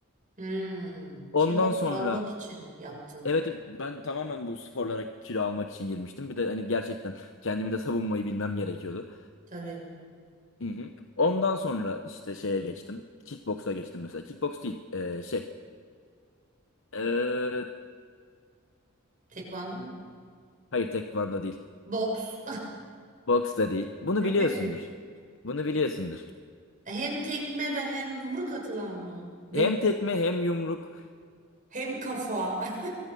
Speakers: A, on the right (about 40°); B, on the left (about 65°).
A: hmm,
B: Ondan
A: kilo
B: sonra
A: almak için yaptın.
B: evet evet, ben tamamen bu sporlara kilo almak için girmiştim. Bir de hani gerçekten kendimi de savunmayı bilmem gerekiyordu.
A: Tabii.
B: Hı hı. Ondan sonra işte şeye geçtim. Kickbox'a geçtim mesela. Kickbox değil e, şey. e,
A: Tekvando mu?
B: Hayır tekvando değil.
A: Boks.
B: Boks da değil. Bunu
A: <laughs>
B: biliyorsundur. Bunu biliyorsundur.
A: Hem tekme ve hem yumruk atılan mı? Benim
B: Hem tekme hem yumruk.
A: hem kafa. <laughs>